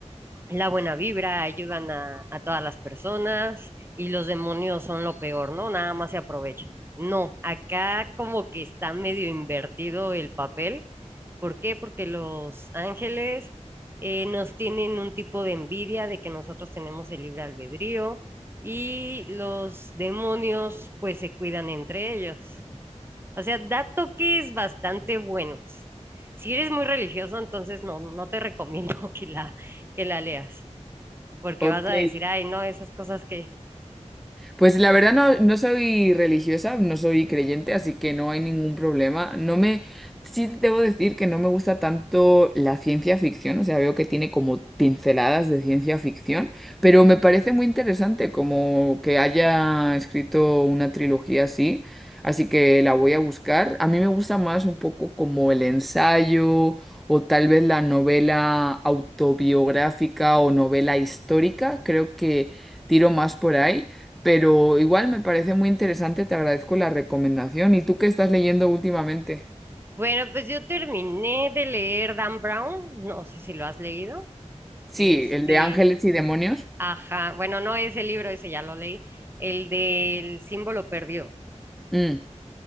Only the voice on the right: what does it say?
la buena vibra, ayudan a, a todas las personas y los demonios son lo peor, ¿no? Nada más se aprovechan. No, acá como que está medio invertido el papel ¿Por qué? Porque los ángeles eh, nos tienen un tipo de envidia de que nosotros tenemos el libre albedrío y los demonios pues se cuidan entre ellos. O sea, da toques bastante buenos. Si eres muy religioso, entonces no, no te <laughs> recomiendo que la, que la leas, porque
vas a decir, ay, no, esas cosas que...
Bueno, pues yo terminé de leer Dan Brown, no sé si lo has leído.
Este,
Ajá, bueno, no ese libro, ese ya lo leí, el del símbolo perdido,